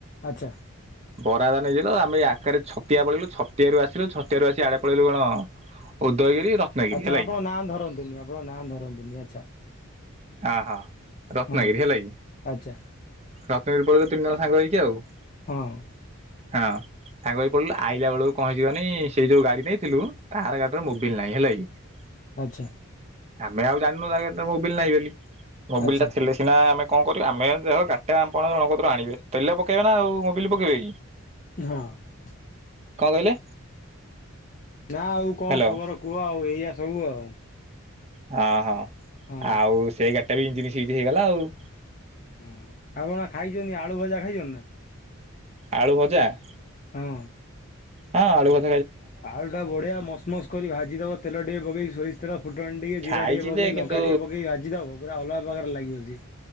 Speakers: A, on the left; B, on the right.
A: ଆଚ୍ଛା ।
B: ବରାଦ ନେଇଥିଲୁ ଆମେ ଆକରେ ଛତିଆ ପଳେଇିଲୁ ଛତିଆରୁ ଆସିଲୁ ଛତିଆରୁ ଆସି ଆଡେ ପଳେଇିଲୁ କଣ ଉ ଉଦୟଗିରି ରତ୍ନଗିରି
A: ଆଚ୍ଛା
B: ହେଲା
A: ଆପଣ
B: କି
A: ନାଁ ଧରନ୍ତୁନି ଆପଣ ନାଁ ଧରନ୍ତୁନି ଆଚ୍ଛା
B: ହଁ ହଁ ରତ୍ନଗିରି
A: ହଁ
B: ହେଲା କି
A: ଆଚ୍ଛା
B: ରତ୍ନଗିରି ପଳେଇଲୁ ତିନିଜଣ ସାଙ୍ଗ ହେଇକ ଆଉ ।
A: ହଁ ।
B: ହଁ ସାଙ୍ଗ ହେଇପଳିଲୁ ଆଇଲା ବେଳକୁ କଣ ହେଇଚିକନି ସେଇ ଯୋଉ ଗାଡି ନେଇଥିଲୁ ତାର ଗାଡିରେ ମୋବିଲ ନାହିଁ ହେଲା କି ।
A: ଆଚ୍ଛା ।
B: ଆମେ ଆଉ ଜାଣିନୁ ତା ଗାଡ଼ିରେ ମୋବିଲ ନାଇଁ ବେଲି । ମୋବିଲ
A: ଆଚ୍ଛା
B: ଟା ଥିଲେ ସିନା ଆମେ କଣ କରିବୁ ଆମେ ଜାହଉ ଗାଡିଟା ଆମ ଆପଣ ଜନକ କତିରୁ ଆଣିବେ ତେଲ ପକେଇବେ ନା ଆଉ ମୋବିଲ ପକାଇବେ ହଁ
A: ହଁ ।
B: କଣ କହିଲେ?
A: ନା ଆଉ କଣ
B: ହ୍ୟାଲୋ
A: ଖବର କୁହ ଆଉ ଏଇ ଇଆ ସବୁ ଆଉ
B: ହଁ ହଁ।
A: ହଁ
B: ଆଉ ସେଇ ଗାଡ ଡି ଟା ବିି ଇଞ୍ଜିନ ସିଜ୍ ହେଇଗଲା ଆଉ।
A: ହୁଁ ଆପଣ ବା ଖାଇଚନ୍ତି ଆଳୁ ଭଜା ଖାଇଛନ୍ତି ନା।
B: ଆଳୁ ଭଜା ।
A: ହଁ।
B: ହଁ ଆଳୁ ଭଜ
A: ଆଳୁ ଟା ବଢିଆ ମସମସ୍ କରି ଭାଜିଦବ ତେଲ ଟିକେ ପକେଇ ସୋରିଷ ତେଲ ଫୁଟଣ ଟିକେ
B: ଖାଇଛି
A: ଜିରା ଟିକେ ପକେଇ
B: ଯେ କିନ୍ତୁ
A: ଲଙ୍କା ଟିକେ ପକେଇ ଭାଜିଦବ ପୁରା ଅଲଗା ପ୍ରକାର ଲାଗିିବ ସେ।